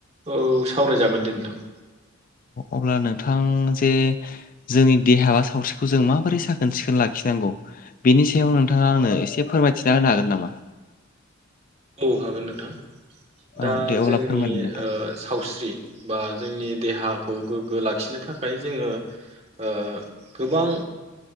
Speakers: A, on the right; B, on the left.
A: औ सावरायजागोन दे नोंथां।
B: अब्ला नोंथां जे जोंनि देहा बा सावस्रिखौ जों माबोरै साखोन सिखोन लाखिनांगौ? बेनि सायाव नोंथाङा आंनो एसे फोरमायथिना होनो हागोन नामा?
A: औ हागोन नोंथां
B: औ
A: दा
B: दे अब्ला
A: जोंनि
B: फोरमायलाय नोंथां
A: ओ सावस्रि बा जोंनि देहाखौ गोग्गो लाखिनो थाखाय जोङो ओ गोबां